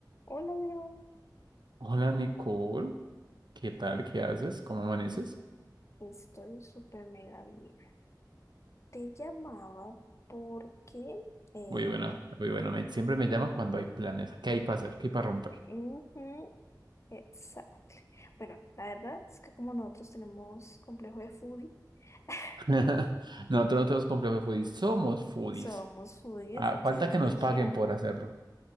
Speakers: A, on the left (about 40°); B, on the right (about 70°).
A: Hola, Leo.
B: Hola Nicole, ¿qué tal? ¿Qué haces? ¿Cómo amaneces?
A: Estoy súper mega bien. Te llamaba porque... Eh,
B: Muy bueno, muy bueno. me- siempre me llaman cuando hay planes. ¿Qué hay para hacer? ¿Qué hay para romper?
A: ujú, exacto. Bueno, la verdad es que como nosotros tenemos complejo de foodie, <laughs>
B: <laughs> Nosotros no tenemos complejo de foodies, somos foodies.
A: somos foodies,
B: Ah,
A: entonces
B: falta que
A: dije,
B: nos paguen por hacerlo.